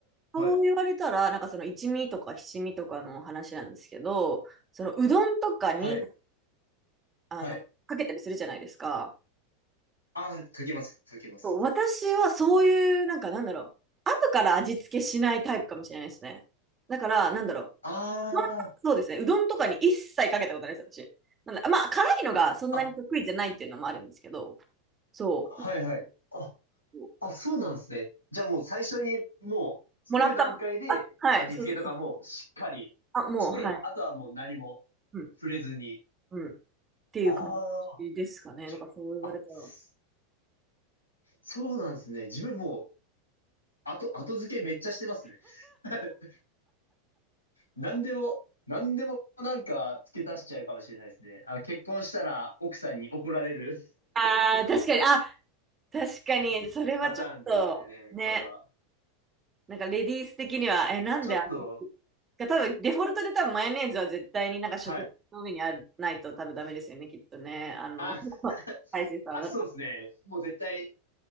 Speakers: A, on the right; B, on the left.
A: そう言われたら、
B: はい。
A: なんかその一味とか七味とかの話なんですけど、そのうどんとかに
B: はい。
A: あのかけたりするじゃないですか。
B: はい。ああ、かけます、かけます。
A: そう私はそういう、なんかなんだろう、後から味付けしないタイプかもしれないですね。だから、なんだろ
B: あ
A: う、まあそうですね、うどんとかに一切かけたことないです、私。なんだ、まあ、辛いのがそんなに得意じゃないっていうのもあるんですけど、
B: あ、あ、
A: そう、
B: はいはい。
A: なんか
B: あ、
A: こ
B: あ、そうなんですね。じゃあもう最初にもう作る段階で味付けとかもしっかりして、
A: うもらった、あ、はい、そうそうそう、あ、もう、はい、
B: あとはもう何も触れずに。
A: うん、うん、っていう感
B: ああ、
A: じですかね。
B: ちょあ、
A: なんかそう言われたら。
B: そそうなんですね。自分もう後、後付けめっちゃしてますね。<laughs> 何でも、何でもなんか付け足しちゃうかもしれないですね。あの、結婚したら奥さんに怒られる
A: ああ、確かに、あ、確かに、
B: <laughs>
A: それはちょっと、
B: パターンですね、
A: ね、
B: これは。
A: なんかレディース的には、え、なんで味
B: ちょっと、
A: が多分、デフォルトで多分マヨネーズは絶対になんか食卓の上にある、
B: はい。
A: ないと多分ダメですよね、きっとね。あの、
B: あ、
A: <laughs>
B: <laughs>
A: 大勢さんはだから
B: あ、そうですね。もう絶対